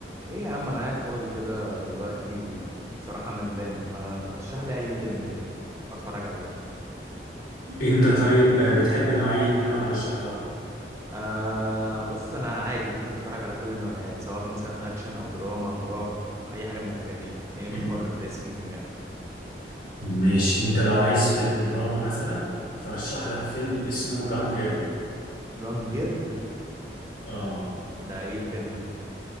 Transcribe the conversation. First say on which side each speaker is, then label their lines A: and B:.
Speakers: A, on the right; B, on the left.
A: ايه يا عم انا قاعد فاضي كده دلوقتي و- وبصراحة ملان ما ترشح لي اي فيلم كده اتفرج عليه
B: انت طيب بتحب نوعية ايه وانا ارشح لك
A: آه بص انا عادي ممكن اتفرج على كل النوعيات سواء مثلا اكشن او دراما او رعب اي حاجة من الحاجات دي هتلاقيني بتفرج
B: يعني-
A: دايس فيهم يعني
B: ماشي انت لو عايز فيلم دراما مثلا فرشح لك فيلم اسمه جان جيرل
A: جان جيرل
B: اه
A: ده ايه الفيلم ده